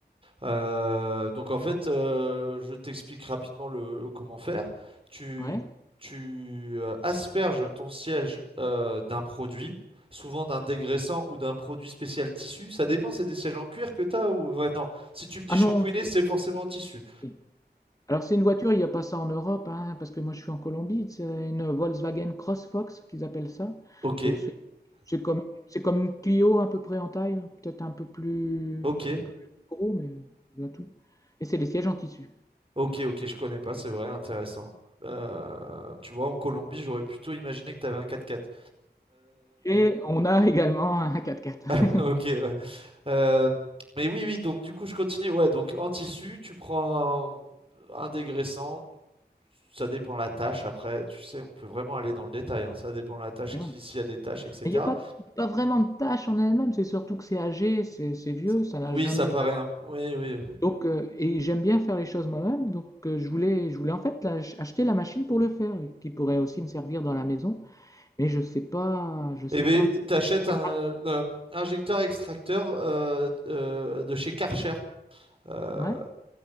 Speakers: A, on the right (about 30°); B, on the left (about 20°).
A: Euh, donc en fait, euh, je t'explique rapidement le, comment faire. Tu,
B: Ouais.
A: tu euh, asperges ton siège euh, d'un produit, souvent d'un dégraissant ou d'un produit spécial tissu. Ça dépend, c'est des sièges en cuir que tu as ou... Ouais, non. Si tu me dis
B: Ah
A: shampouiner,
B: non, c'est-
A: c'est forcément en tissu.
B: si. Alors c'est une voiture, il n'y a pas ça en Europe, hein, parce que moi je suis en Colombie, c'est une Volkswagen CrossFox qu'ils appellent ça.
A: Ok,
B: Donc c'est c'est comme, c'est comme une Clio à peu près en taille, peut-être un peu plus,
A: ok,
B: un peu plus gros, mais voilà tout. Et c'est des sièges en tissu.
A: ok, ok, je connais pas, c'est vrai, intéressant. Euh, tu vois, en Colombie, j'aurais plutôt imaginé que tu avais un 4x4.
B: Et on a également un 4x4. <laughs>
A: <laughs> Ok, ouais. Euh, mais oui, oui, donc du coup, je continue. Ouais, donc en tissu, tu prends un, un dégraissant, ça dépend la tâche. Après, tu sais, on peut vraiment aller dans le détail, hein, ça dépend la tâche,
B: Ouais.
A: qui, s'il y a des tâches, etc.
B: Et Il n'y a pas, pas vraiment de tâche en elle-même, c'est surtout que c'est âgé, c'est c'est vieux,
A: Ça-
B: ça n'a
A: Oui,
B: jamais
A: ça paraît
B: vraiment.
A: un... Oui, oui.
B: Donc, euh, et j'aime bien faire les choses moi-même, donc euh, je voulais, je voulais en fait la- acheter la machine pour le faire, qui pourrait aussi me servir dans la maison, mais je sais pas, je sais
A: Eh bien,
B: pas
A: t'achètes
B: quel-
A: un euh, injecteur extracteur euh, euh, de chez Karcher. Euh,
B: Ouais.